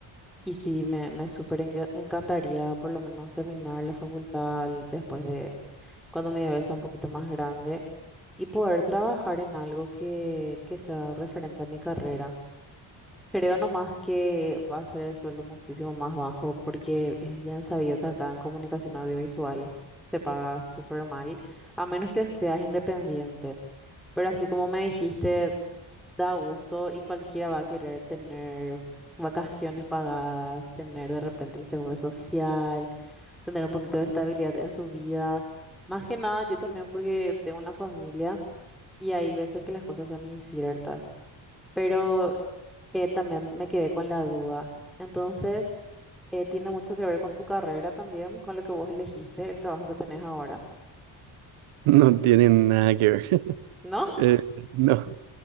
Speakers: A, in the centre; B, on the right (about 80°).
A: Y sí, me, me súper enca- encantaría por lo menos terminar la facultad l- después de cuando mi bebé sea un poquito más grande y poder trabajar en algo que, que sea referente a mi carrera. Creo nomás que va a ser el sueldo muchísimo más bajo porque es bien sabido que acá en comunicación audiovisual se paga súper mal, a menos que seas independiente. Pero así como me dijiste da gusto y cualquiera va a querer tener vacaciones pagadas, tener de repente el seguro social, tener un poquito de estabilidad en su vida. Más que nada, yo también porque tengo una familia y hay veces que las cosas son inciertas, pero eh, también me quedé con la duda. Entonces, eh, tiene mucho que ver con tu carrera también, con lo que vos elegiste, el trabajo que tenés ahora,
B: No tiene nada que ver. <laughs>
A: ¿no?
B: Eh, no,